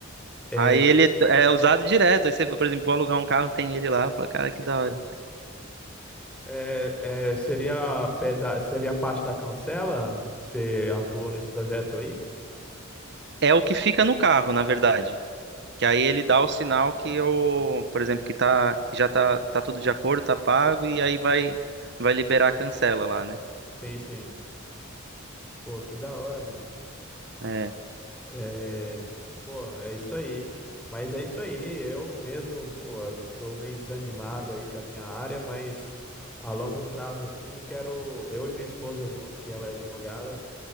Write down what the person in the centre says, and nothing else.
é,
É, é, seria, peda seria parte da Cancela que você atuou nesse projeto aí?
Sim, sim. Pô, que da hora, mano.
É, pô, é isso aí. Mas é isso aí. Eu mesmo, pô, tô meio desanimado aí com a minha área, mas a longo prazo, assim, quero. Eu e minha esposa junto, que ela é advogada,